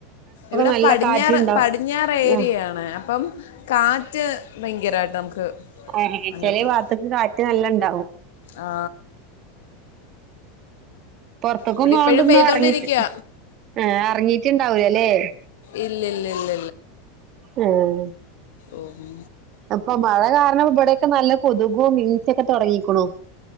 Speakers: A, on the left; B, on the right.
A: ഇവിടെ
B: നല്ല
A: പടിഞ്ഞാറ്
B: കാറ്റുണ്ടാവും
A: പടിഞ്ഞാറ് ഏരിയയാണ്
B: ഉം
A: അപ്പം കാറ്റ് ഭയങ്കരായിട്ട് നമുക്ക്
B: ആഹ്
A: അനുഭവപ്പെടും
B: ചെലേ ഭാത്തേക്ക് കാറ്റ് നല്ല ഇണ്ടാവും
A: ആ
B: പുറത്തൂക്കും
A: ഇവിടെ
B: ന്നുണ്ടൊന്നും
A: ഇപ്പോഴും പെയ്തോണ്ടിരിക്കുക
B: ഇറങ്ങിട്ട് ആഹ് എറങ്ങിട്ടുണ്ടാവല്ലേ
A: ഇല്ല ഇല്ല ഇല്ല
B: ഉം
A: ഓഹ്
B: അപ്പൊ മഴ കാരണം ഇവിടെക്കെ നല്ല കൊതുകോ മീച്ചൊക്കെ തുടങ്ങിക്കണു